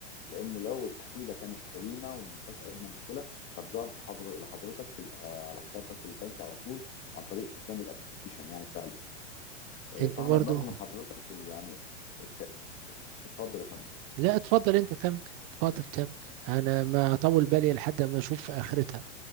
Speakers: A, on the left; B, on the right.
A: لان لو التحويله كانت سليمه وما فيهاش ادنى مشكله كانت ظهرت لحضر- لحضرتك في ال- آه، على حسابك البنكي على طول عن طريق استخدام الابلكيشن يعني بتاع البنك آه،
B: انت
A: فاحنا
B: برضو
A: بنرجو من حضرتك ال- يعني الت- اتفضل يا فندم
B: لا اتفضل انت كمل اتفضل كمل انا ما اطول بالي لحد ما اشوف اخرتها